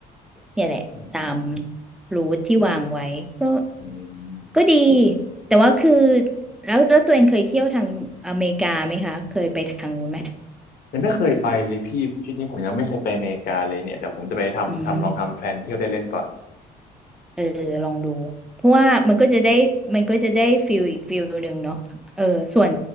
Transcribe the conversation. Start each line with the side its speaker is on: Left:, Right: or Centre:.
Centre: เนี่ยแหละตาม
Left: ๆอืม
Centre: รูทที่วางไว้ก็
Left: อืม
Centre: ก็ดีแต่ว่าคือแล้วแล้วตัวเองเคยเที่ยวทางอเมริกาไหมคะเคยไปทางนู้นไหม
Left: ยังไม่เคยไปเลยพี่ชวิตนี้ผมยังไม่เคยไปอเมริกาเลยเนี่ยเดี๋ยวผมจะไปทำทำลองทำแพลนเที่ยวได้เล่นก่อน
Centre: อืม เออลองดูเพราะว่ามันก็จะได้มันก็จะได้ฟิลอีกฟิลหนึ่งเนาะเออส่วน